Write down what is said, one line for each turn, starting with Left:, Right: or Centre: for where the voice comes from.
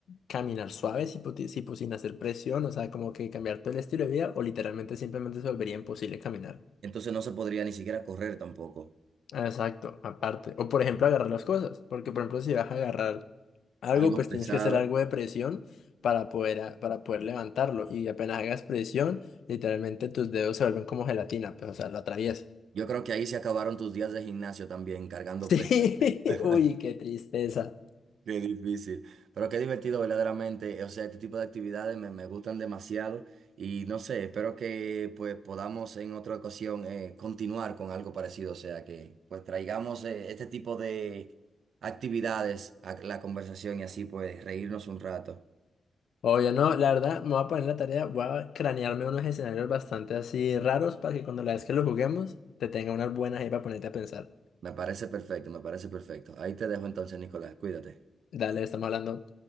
Left: caminar suave, si, puti- si, pues, sin hacer presión, o sea, como que cambiar todo el estilo de vida o literalmente simplemente se volvería imposible caminar.
Right: Entonces no se podría ni siquiera correr tampoco.
Left: Ah, Exacto, aparte. O por ejemplo, agarrar las cosas. Porque por ejemplo, si vas a agarrar algo,
Right: algo
Left: pues
Right: pesado.
Left: tienes que hacer algo de presión para poder, a- para poder levantarlo. Y apenas hagas presión, literalmente tus dedos se vuelven como gelatina, pues o sea, lo atraviesas.
Right: Yo creo que ahí se acabaron tus días de gimnasio también, cargando
Left: <laughs> Sí,
Right: pesas. <laughs>
Left: uy, qué tristeza.
Right: Qué difícil, pero qué divertido verdaderamente. O sea, este tipo de actividades me, me gustan demasiado y no sé, espero que pues podamos en otra ocasión eh, continuar con algo parecido. O sea, que pues traigamos eh, este tipo de actividades a la conversación y así pues reírnos un rato.
Left: Obvio, no, la verdad, me voy a poner en la tarea, voy a cranearme unos escenarios bastante así raros para que cuando la vez que lo juguemos, te tenga unas buenas ahí para ponerte a pensar.
Right: Me parece perfecto, me parece perfecto. Ahí te dejo entonces, Nicolás, cuídate.
Left: Dale, estamos hablando.